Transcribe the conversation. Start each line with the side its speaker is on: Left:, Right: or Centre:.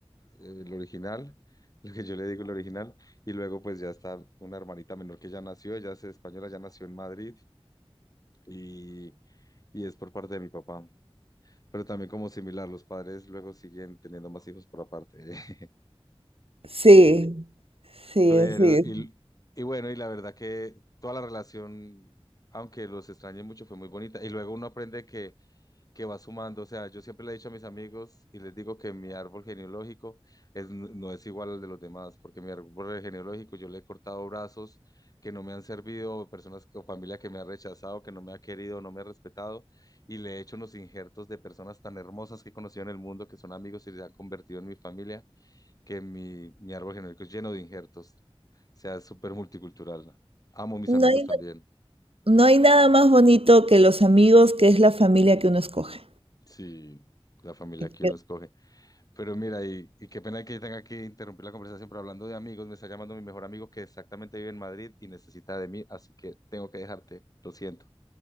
Left: el original, <laughs> lo que yo le digo el original, y luego pues ya está una hermanita menor que ya nació, ella es española, ya nació en Madrid y, y es por parte de mi papá. Pero también como similar, los padres luego siguen teniendo más hijos por aparte. <laughs>
Right: Sí, sí,
Left: Pero,
Right: sí.
Left: y, y bueno, y la verdad que toda la relación, aunque los extrañe mucho, fue muy bonita. Y luego uno aprende que que va sumando. O sea, yo siempre le he dicho a mis amigos y les digo que mi árbol genealógico es, no es igual al de los demás, porque mi árbol genealógico yo le he cortado brazos que no me han servido, personas o familia que me ha rechazado, que no me ha querido, no me ha respetado, y le he hecho unos injertos de personas tan hermosas que he conocido en el mundo, que son amigos y se han convertido en mi familia, que mi, mi árbol genealógico es lleno de injertos. O sea, es súper multicultural. Amo mis
Right: No
Left: amigos
Right: hay,
Left: también.
Right: no hay nada más bonito que los amigos, que es la familia que uno escoge.
Left: Sí, la familia
Right: Así
Left: que
Right: que
Left: uno escoge. Pero mira, y, y qué pena que tenga que interrumpir la conversación, pero hablando de amigos, me está llamando mi mejor amigo que exactamente vive en Madrid y necesita de mí, así que tengo que dejarte, lo siento.